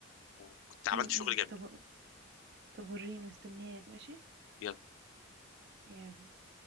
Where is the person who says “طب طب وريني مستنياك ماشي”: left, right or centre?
Right